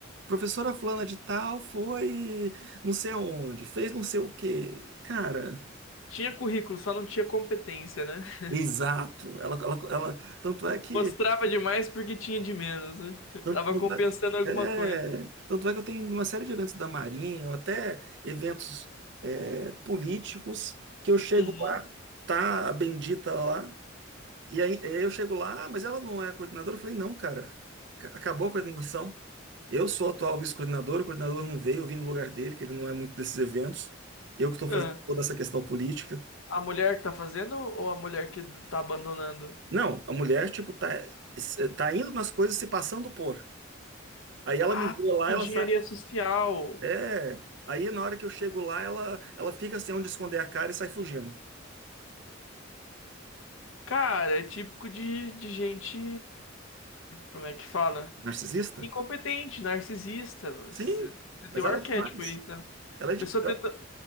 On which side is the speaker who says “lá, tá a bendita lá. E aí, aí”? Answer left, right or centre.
Right